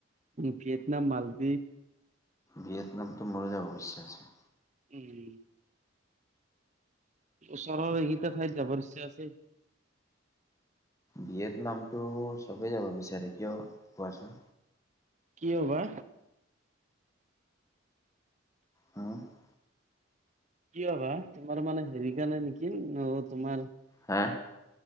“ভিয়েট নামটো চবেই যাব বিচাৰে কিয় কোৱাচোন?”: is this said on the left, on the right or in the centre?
Left